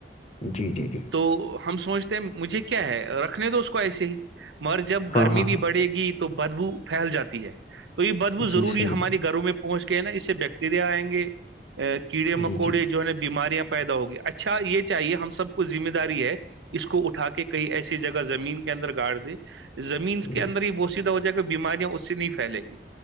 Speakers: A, on the left; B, on the right.
A: جی جی جی
B: تو ہم سوچ مجھے کیا ہے رکھنے تو اس کو ایسے ہی مگر جب
A: ہاں
B: گرمی
A: ہاں
B: بھی
A: ہاں
B: بڑھے گی تو بدبو پھیل جا ہے تو یہ ببو
A: جی
B: ضروری
A: صحیح
B: ہمارے
A: بات
B: گھروں میں پہنچ نا اس سے بیکٹیریا آئیں گے ا کیڑے مکوڑے
A: جی جی
B: جو ہے نا بیماریاں پیدا ہوگ اھا اچھا یہ چاہے ہم سب کو ذمے د رہی ہے اس کو اٹا کے کئی ایسی جگہ زمین کے اندر گاڑ دے زمین
A: جی
B: کے اندر یہ بوسییدہ ہو جائے بیماریاں اس نہیں پھیلے گی